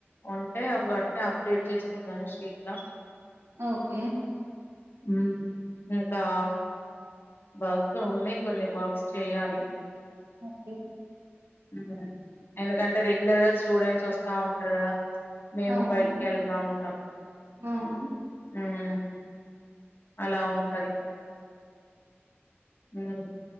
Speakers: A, on the left (about 55°); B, on the right (about 80°).
A: ఉంటే వాటిని అప్డేట్ చేసుకున్నాను షీట్ల
B: ఓకే
A: ఉమ్ ఇంకా బాక్ ఉన్నాయి కొన్ని బాక్స్ చేయాలి
B: ఓకే
A: ఉమ్ ఎందుకంటే రెగ్యులర్ గా స్టూడెంట్స్ వస్తా ఉంటారు కదా మేము
B: అవును
A: బయటికి వెళ్తా ఉంటాము
B: అవును
A: ఉమ్ అలా ఉంటది ఉమ్